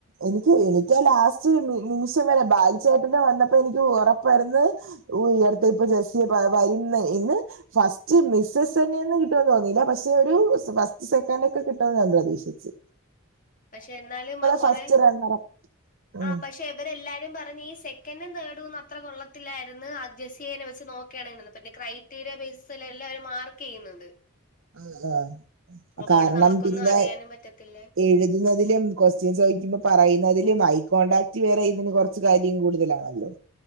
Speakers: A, on the right (about 70°); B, on the left (about 40°).
A: എനിക്ക് എനിക്കാ ലാസ്റ്റ് നിമിഷം വരെ ബാല ചേട്ടന്റെ വന്നപ്പോ എനിക്ക് ഉറപ്പായിരുന്ന് ഓ ഇടത്തെ ഇപ്പൊ ജസി വൈന്നെ ഇന്ന് ഫസ്റ്റ് മിസ്സസ് തന്നെയെന്ന് കിട്ടുമെന്ന് തോന്നിയില്ല പക്ഷെ ഒരു ഫസ്റ്റ് സെക്കന്റോകെ കിട്ടുമെന്ന് ഞാൻ പ്രതീക്ഷിച്ച്
B: പക്ഷെ എന്നാലും കൊറെ
A: ഫസ്റ്റ് റണ്ണർ ഉം
B: ആ പക്ഷെ ഇവരെല്ലാവരും പറഞ്ഞ് ഈ സെക്കൻും തേർഡും അത്ര കൊള്ളത്തിലായിരുന്നു ആ ജെസ്സിയനെ വെച്ച് നോക്കാണെകിൽ പിന്നെ ക്രൈം അക്ടീരിയ ബേസിലാ എല്ലാവരും മാർക്ക് ചെയ്യുന്നത്
A: ആ ആഹ
B: അതുകൊണ്ട്
A: കാരണം
B: നമുക്കൊന്നും
A: പിന്നെ
B: അറിയാനും പറ്റത്തില്ല
A: എഴു എഴുതുന്നതിലും കുഎസ്ടിഒന് ചോയിക്കുമ്പോ പറയുന്നതിലും ഐ കോണ്ടാക്ട് വേറെ ഇതിന് കുറച്ചു കാര്യം കൂടുതലാണല്ലോ